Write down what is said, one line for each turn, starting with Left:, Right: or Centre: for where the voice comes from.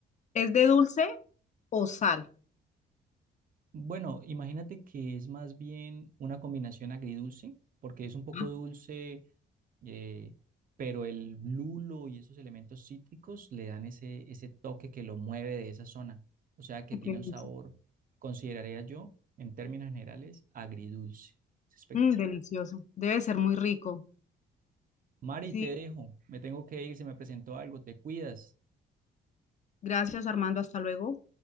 Left: ¿Es de dulce o sal?
Right: Bueno, imagínate que es más bien una combinación agridulce, porque es un poco
Left: Ah,
Right: dulce, eh, pero el lulo y esos elementos cítricos le dan ese, ese toque que lo mueve de esa zona. O sea que tiene
Left: qué delicia.
Right: un sabor, consideraría yo, en términos generales, agridulce. Es espectacular.
Left: Mm, delicioso. Debe ser muy rico.
Right: Mari,
Left: Sí,
Right: te dejo, me tengo que ir, se me presentó algo, te cuidas.
Left: gracias Armando, hasta luego.